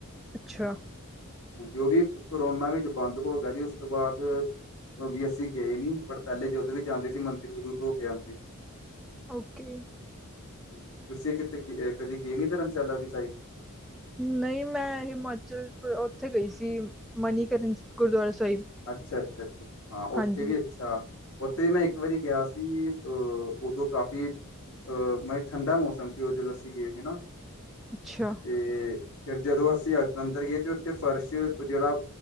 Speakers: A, in the centre; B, on the left (about 70°).
A: ਅੱਛਾ।
B: ਹਾਂ ਜੋ ਵੀ, ਕਰੋਨਾ ਵਿੱਚ ਬੰਦ ਹੋ ਗਿਆ ਜੀ, ਉਸ ਤੋਂ ਬਾਅਦ ਉਹ ਵੀ ਅਸੀਂ ਗਏ ਨਈ ਬਟ ਪਹਿਲੇ ਜਦੋਂ ਵੀ ਜਾਂਦੇ ਸੀ। ਮੰਦਿਰ ਜ਼ਰੂਰ ਹੋ ਕੇ ਆਂਦੇ ਸੀ।
A: ਓਕੇ,
B: ਹਾਂਜੀ, ਜੀ ਤੁਸੀਂ ਕਿਤੇ ਕਦੇ ਗਏ ਨੀ ਧਰਮਸ਼ਾਲਾ ਵਾਲੀ ਸਾਈਡ?
A: ਨਹੀਂ ਮੈਂ ਹਿਮਾਚਲ, ਉੱਥੇ ਗਈ ਸੀ ਮਨੀਕਰਨ ਗੁਰਦੁਆਰਾ ਸਾਹਿਬ।
B: ਅੱਛਾ, ਅੱਛਾ -ਅੱਛਾ ਹਾਂ ਉੱਥੇ
A: ਹਾਂਜੀ
B: ਵੀ ਅੱਛਾ, ਉੱਥੇ ਮੈਂ ਇੱਕ ਵਾਰੀ ਗਿਆ ਸੀ। ਅਹ ਉਦੋਂ ਕਾਫ਼ੀ ਅਹ ਮਤ ਠੰਡਾ ਮੌਸਮ ਸੀ। ਉਹ ਜਦੋਂ ਅਸੀਂ ਗਏ ਸੀ ਨਾ,
A: ਅੱਛਾ।
B: ਤੇ ਫੇਰ ਜਦੋਂ, ਅਸੀਂ ਅੰਦਰ ਗਏ ਤੇ ਉੱਥੇ, ਫਰਸ਼ ਜਿਹੜਾ